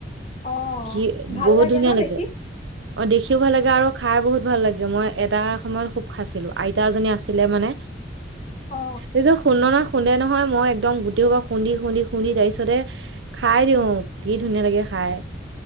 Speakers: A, on the left; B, on the right.
A: অ'
B: কি
A: ভাল
B: বহুত ধুনীয়া
A: ন
B: লাগে!
A: দেখি
B: অঁ দেখিও ভাল লাগে আৰু খাই বহুত ভাল লাগে, মই এটা সময়ত খুব খাইছিলোঁ! আইতা এজনী আছিলে মানে
A: অ
B: এই যে খুন্দনাত খুন্দে নহয় মই একদম গোটেইসোপা খুন্দি, খুন্দি, খুন্দি তাৰ পিছতে খাই দিওঁ! কি ধুনীয়া লাগে খাই।